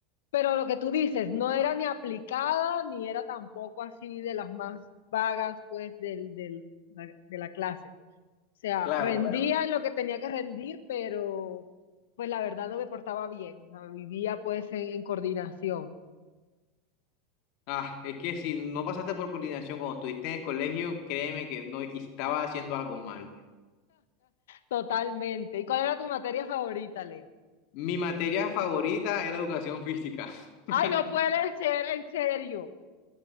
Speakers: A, on the left; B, on the left.
A: pero lo que tú dices, no era ni aplicada, ni era tampoco así de las más vagas, pues, del, del- de la clase. O sea,
B: Claro,
A: rendía
B: claro.
A: en lo que tenía que rendir, pero pues la verdad no me portaba bien, o sea, vivía pues en en coordinación.
B: Ah, es que si no pasaste por coordinación cuando estuviste en el colegio, créeme que no estaba haciendo algo mal.
A: Totalmente. ¿Y cuál era tu materia favorita, Leo?
B: Mi materia favorita era educación física. <laughs>
A: Ay, no puede ser, en serio.